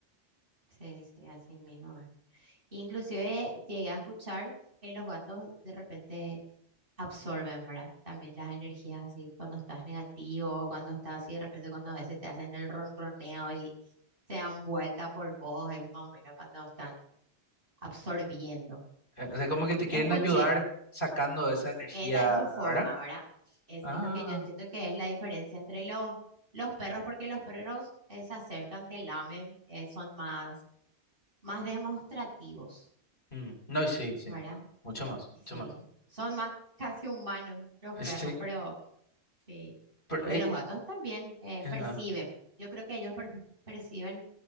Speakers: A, on the right (about 50°); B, on the left (about 50°).
A: Sí, sí, así mismo. es. Inclusive llegué a escuchar que los gatos de repente absorben, ¿verdad? También las energías así cuando estás negativo, cuando estás así, de repente cuando a veces te hacen el ronroneo y se dan vuelta por vos, es más o menos cuando están absorbiendo.
B: Eh, o sea, como que te quieren
A: Escuché.
B: ayudar sacando esa
A: Sí,
B: energía,
A: Esa es su forma,
B: ¿verdad?
A: ¿verdad? Es,
B: Ah,
A: es lo que yo entiendo que es la diferencia entre los, los perros, porque los perros eh, se acercan, te lamen, eh, son más, más demostrativos,
B: mm, no, y sí, sí.
A: ¿verdad?
B: Mucho más,
A: Sí,
B: mucho más.
A: son más casi humanos los
B: Eh,
A: perros,
B: Sí,
A: pero sí,
B: pero,
A: pero
B: eh,
A: los gatos también eh, perciben.
B: ajá,
A: Yo creo que ellos perci- perciben